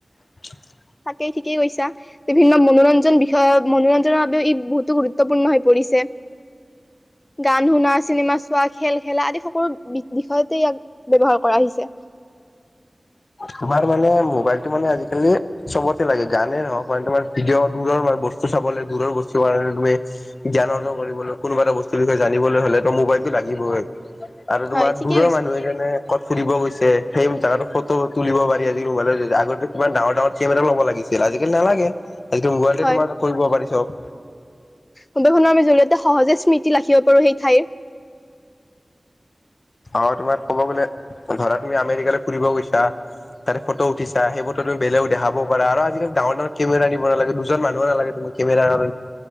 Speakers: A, on the left (about 60°); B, on the left (about 25°).
A: <unintelligible>
B: তাকেই ঠিকেই কৈছা, বিভিন্ন মনোৰঞ্জন বিষয়ত, মনোৰঞ্জনৰ বাবেও ই বহুতো গুৰুত্বপূৰ্ণ হৈ পৰিছে। গান শুনা, চিনেমা চোৱা, খেল খেলা আদি সকলো বিষয়তে ইয়াক ব্যৱহাৰ কৰা হৈছে।
A: তোমাৰ মানে, মোবাইলতটো মানে, আজিকালি, চবতে লাগে, গানেই নহক মানে তোমাৰ ভিডিঅ', দূৰৰ বস্তু চাবলৈ, দূৰৰ বস্তু কাৰণে তুমি, জ্ঞান অৰ্জন কৰিবলৈ, কোনোবা এটা বস্তুৰ বিষয়ে জানিবলৈ হ'লে তো মোবাইলতটো লাগিবই। আৰু তোমাৰ
B: হয় ঠিকেই
A: দূৰৰ
B: কৈছা
A: মানুহে যেনে, কবাত ফুৰিব গৈছে সেই জেগাটো ফট টো তুলিব পাৰি, আজি কালি মোবাইলৰ, আগতেতো কিমান ডাঙৰ ডাঙৰ কেমেৰা ল'ব লাগিছিল, আজিকালি নালাগে। আজিতো মোবাইলতে
B: হয়
A: তোমাৰ কৰিব পাৰি চব।
B: মোবাইলখনৰ আমি জৰিয়তে সহজে স্মৃতি ৰাখিব পাৰো সেই ঠাইৰ
A: আৰু তোমাৰ ক'ব গলে ধৰা তুমি আমেৰিকালৈ ফুৰিব গৈছা তাতে ফটো উঠিছা, সেই ফটো তুমি বেলেগক দেখাব পাৰা, আৰু আজিকাল ডাঙৰ ডাঙৰ কেমেৰা নিব নালাগে, দুজন মানুহ নালাগে। তোমা কেমেৰাৰে